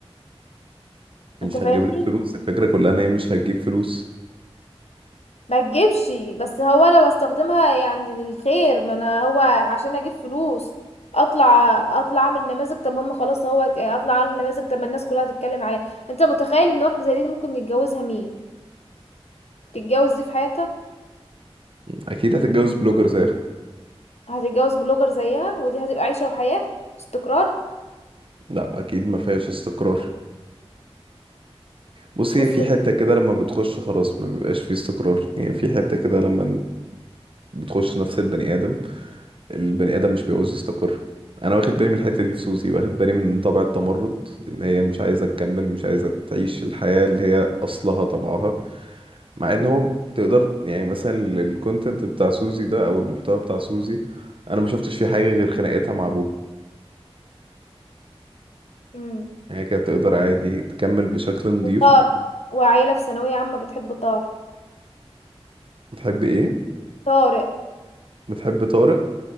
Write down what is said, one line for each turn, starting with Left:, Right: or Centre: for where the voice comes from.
Right: مش
Left: انت فاهمني
Right: هتجيب لك فلوس الفكرة كلها ان هي مش هتجيب فلوس
Left: ما تجيبش بس هو انا بستخدمها يعني للخير ما انا هو عشان اجيب فلوس اطلع اطلع اعمل نماذج طب هم خلاص هو يعني اطلع اعمل نماذج طب ما الناس كلها تتكلم عليها انت متخيل ان واحده زي دي ممكن يتجوزها مين تتجوز دي في حياتها
Right: أكيد هتتجوز بلوجر زيها
Left: هتتجوز بلوجر زيها ودي هتبقى عيشه وحياه استقرار
Right: لا أكيد ما فيهاش استقرار بص هي
Left: بص
Right: في حتة كده لما بتخش خلاص ما بيبقاش فيه استقرار يعني في حتة كده لما بتخش نفس البني آدم البني ادم مش بيعوز يستقر انا واخد بالي من الحته دي في سوزي واخد بالي من طبع التمرد ان هي مش عايزه تكمل مش عايزه تعيش الحياه اللي هي اصلها طبعها مع ان هو تقدر يعني مثلا الكونتنت بتاع سوزي ده او المحتوى بتاع سوزي انا ما شفتش فيه حاجه غير خناقتها مع ابوها
Left: امم
Right: يعني هي كانت تقدر عادي تكمل بشكل نظيف
Left: وطار وعيله في ثانويه عامه بتحب طار
Right: بتحب ايه
Left: طارق
Right: بتحب طارق